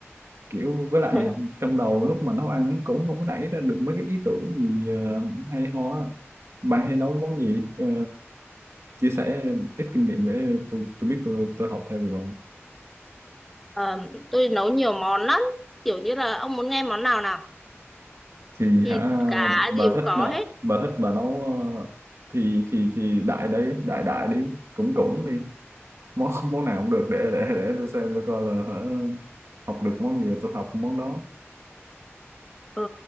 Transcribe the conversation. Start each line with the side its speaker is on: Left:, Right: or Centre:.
Right: kiểu với lại
Centre: <laughs>
Right: trong đầu lúc mà nấu ăn nó cũng không có nảy ra được mấy cái ý tưởng gì ờ, hay ho á bạn hay nấu món gì Ờ, chia sẻ ít kinh nghiệm để tôi tôi biết tôi tôi học theo được không
Centre: Ờ, tôi nấu nhiều món lắm kiểu như là ông muốn nghe món nào nào
Right: thì
Centre: thịt
Right: hả
Centre: cá
Right: bà
Centre: gì cũng
Right: thích
Centre: có
Right: ờ,
Centre: hết
Right: bà thích bà nấu ờ, thì thì thì đại đấy đại đại đi cũng cũng đi món món nào cũng được để để để tôi xem tôi coi là hả học được món gì tôi học món đó
Centre: Ừ,